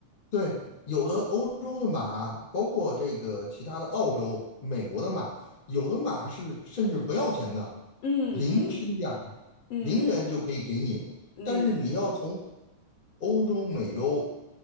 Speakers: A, on the left; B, on the left.
A: 对，有的欧洲的马，包括这个其他的澳洲、美国的马，有的马是甚至不要钱的，
B: 嗯嗯
A: 零身价，
B: 嗯
A: 零元就可以给你。
B: 嗯，
A: 但是你要从欧洲、美洲、